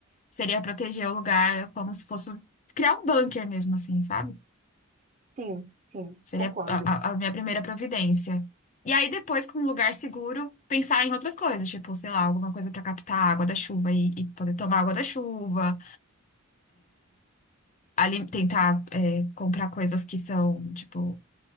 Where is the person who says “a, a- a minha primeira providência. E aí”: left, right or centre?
Left